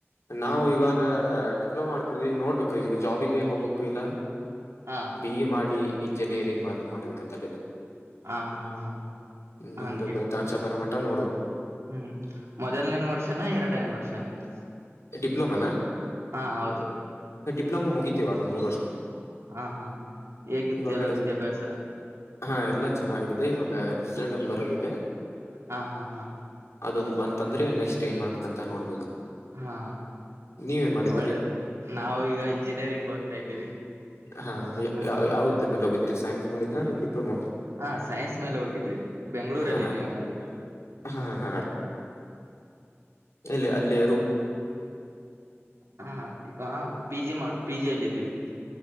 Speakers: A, on the left (about 85°); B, on the right (about 85°).
A: ನಾವು ಇವಾಗ ಡಿಪ್ಲೊಮಾ ಮಾಡ್ತಿದ್ವಿ ನೋಡ್ ಹೋಗ ಈಗ ಜಾಬಿಗೆ ಹೋಗ್ಬೇಕು ಇಲ್ಲ
B: ಹಾ
A: ಬಿ ಎ ಮಾಡಿ ಇಂಜಿನಿಯರಿಂಗ್ ಮಾ ಮಾಡ್ಬೇಕಂತಲ್ಲಿದೆ
B: ಹಾ ಹಾ ಹಾ
A: ನಮ್ದು
B: ಹಂಗೆ
A: ಕಲಿತನ್ಷ ಬರ ನೋಡೋದು
B: ಹ್ಮ್ ಮೊದಲನೇ ವರ್ಷನ ಎರಡನೇ ವರ್ಷ ನಿಮ್ದು
A: ಡಿಪ್ಲೊಮಾನ
B: ಹಾ ಹೌದು
A: ಡಿಪ್ಲೋಮೋ ಮುಗಿತ ಇವಾಗ ಮೂ
B: ಹಾ ಹಾ ಹೇಗಿತ್ತು
A: ಇವಾಗ
B: ಅಲ್ಲ ವಿದ್ಯಾಭ್ಯಾಸ
A: ಹಾ ಎಲ್ಲಾ ಚೆನ್ನಾಗಿದೆ ಇವಾಗ ರಿಸಲ್ಟ್ ಒಂದ್ ಬರೋದಿದೆ
B: ಹಾ ಹಾ ಹಾ
A: ಅದೊಂದ್ ಬಂತ ಅಂದ್ರೆ ನೆಕ್ಸ್ಟ್ ಏನ್ ಮಾಡ್ಬೇಕಕ್ ಅಂತ ನೋಡ್ಬೇಕು
B: ಹಾ
A: ನೀವ ಏನ್ ಮಾಡಿದ್ರಿ
B: ಒಳ್ಳೆದು ನಾವ ಈಗ ಇಂಜಿನಿಯರಿಂಗ್ ಓದ್ತಾ ಇದ್ದೀವಿ
A: ಹಾ
B: ಹ
A: ಯಾವ್ದ್ರ ಮೇಲೆ ಹೋಗಿದ್ರಿ ಸೈನ್ಸ್ ಮುಗಿತಾ ಡಿಪ್ಲೋಮೋ
B: ಹಾ ಸೈನ್ಸ್ ಮೇಲೆ ಹೋಗಿದ್ವಿ ಬೆಂಗಳೂರಲ್ಲಿ
A: ಹಾ
B: ಇದೀವಿ ನಾವೀಗ
A: ರ ಹಾ ಎಲ್ಲಿ ಅಲ್ಲಿ
B: ಹ್ಮ ಹ ಪಿ ಜಿ ಮಾಡು ಪಿಜಿಯಲ್ಲಿ ಇದಿದ್ದೀವಿ